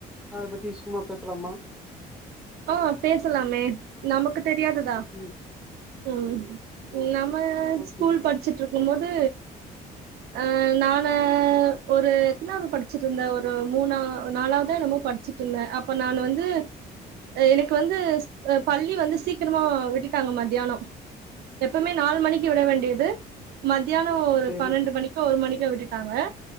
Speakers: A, in the centre; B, on the right.
A: அதை பத்தி சும்மா பேசலாமா? <inaudible>
B: ஆஹ் பேசலாமே நமக்கு தெரியாததா
A: ம்
B: ம்
A: ஆ
B: நம்ம
A: ஓகே
B: ஸ்கூல் படிச்சுட்ருக் க்கும்போது அஹ் நானு ஒரு எத்னாவது படிச்சுட்ருந்தே ஒரு மூணா நாலாவதோ என்னமோ படிச்சிட்ருந்தே அப்ப நானு வந்து அ எனக்கு வந்து ஸ் பள்ளி வந்து சீக்கரமா விட்டுட்டாங்க மத்யானோ எப்பம்மே நால் மணிக்கு விட வேண்டியது மத் தியானோ ஒரு
A: செரி
B: பன்னன்டு மணிக்கோ ஒரு மணிக்கோ விட்டுட்டாங்க